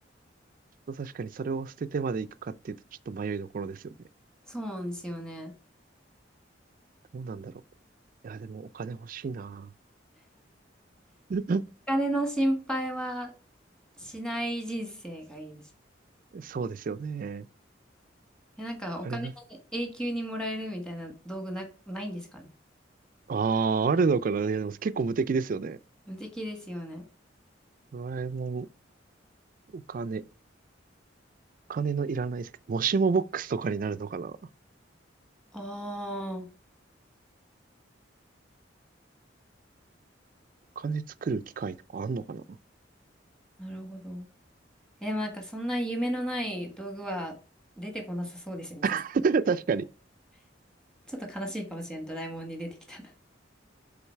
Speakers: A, on the right; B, in the centre.
A: と確かにそれを捨ててまで行くかっていうと、ちょっと迷いどころですよね。
B: そうなんですよね。
A: どうなんだろう。いや、でもお金欲しいな。<laughs>
B: お金の心配はしない人生がいいです。
A: そうですよね。
B: え、なんかお金永久にもらえるみたいな道具な、
A: お金な、
B: ないんですかね。
A: ああ、あるのかな。いや、でも結構無敵ですよね。
B: 無敵ですよね。
A: ドラえもん、お金、お金のいらない世界もしもボックスとかになるのかな。お
B: あ
A: 金作る機械とかあんのかな。
B: あ、なるほど。え、なんかそんな夢のない道具は出てこなさそうですね。さす、
A: <laughs> 確かに。
B: ちょっと悲しいかもしれん、ドラえもんに出てきたら。